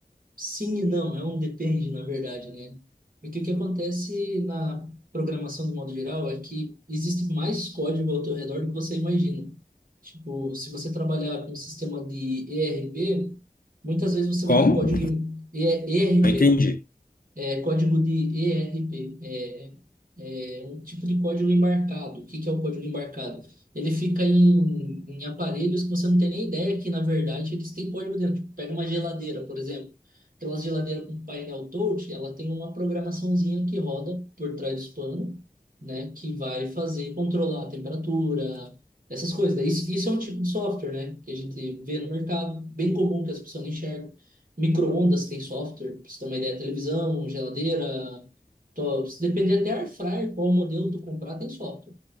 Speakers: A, on the right (about 60°); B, on the left (about 65°).
A: Sim e não, é um depende, na verdade, né? E O que que acontece na programação do modo geral é que existe mais código ao teu redor do que você imagina. Tipo, se você trabalhar com um sistema de ERP, muitas vezes você
B: Como?
A: vai ter código em E- ERP.
B: Não entendi.
A: É código de ERP, é, é um tipo de código embarcado. O que que é o código embarcado? Ele fica em, em aparelhos que você não tem nem ideia que, na verdade, eles têm código dentro. Tipo, pega uma geladeira, por exemplo. Aquelas geladeiras com painel touch, ela tem uma programaçãozinha que roda por trás do panos, né? Que vai fazer, controlar a temperatura, essas coisas. Isso, isso é um tipo de software, né? Que a gente vê no mercado, bem comum que as pessoas não enxergam. Micro-ondas tem software, pra você ter uma ideia, televisão, geladeira, to- se depender até air fryer, qual modelo tu comprar, tem software,